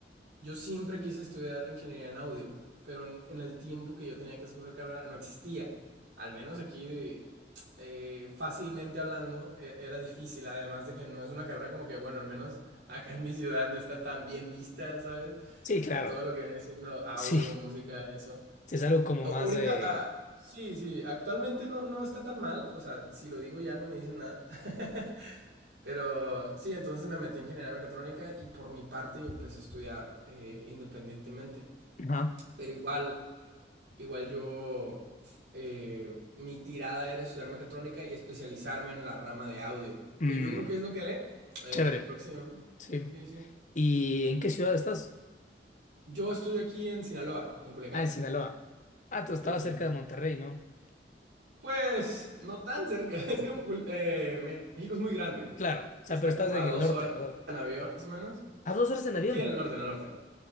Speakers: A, on the right (about 80°); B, on the left (about 45°).
A: Yo siempre quise estudiar ingeniería en audio, pero en, en el tiempo que yo tenía que escoger carrera no existía. Al menos aquí, eh, fácilmente hablando, e- era difícil. Además de que no es una carrera como que, bueno, al menos acá en mi ciudad no está tan bien vista, ¿sabes?
B: Sí,
A: <laughs>
B: claro.
A: Todo lo que viene siendo audio,
B: Sí.
A: música, eso.
B: Sí, Es algo como
A: O-
B: más
A: Ahorita,
B: de...
A: ah, sí, sí, actualmente no, no está tan mal. O sea, si lo digo ya no me dicen nada. <laughs> Pero sí, entonces me metí en ingeniería mecatrónica y por mi parte yo empecé a estudiar eh, independientemente.
B: Ajá.
A: Pero igual, igual yo, eh, mi tirada era estudiar mecatrónica y especializarme en la rama de audio,
B: Mm,
A: que yo creo que es lo que haré eh,
B: chévere.
A: próximamente.
B: Sí.
A: Sí, sí.
B: ¿Y en qué ciudad estás?
A: Yo estoy aquí en Sinaloa, en Culiacán.
B: Ah, en Sinaloa. Ah, tú estabas
A: Sí, sí.
B: cerca de Monterrey, ¿no?
A: Pues no tan cerca, <laughs> es que Cul- eh, México es muy grande.
B: Claro. O
A: Está
B: sea, pero estás
A: como
B: en
A: a dos
B: el norte,
A: horas
B: ¿verdad?
A: en avión, más o menos.
B: A dos horas en avión.
A: Sí, en el norte, en el norte.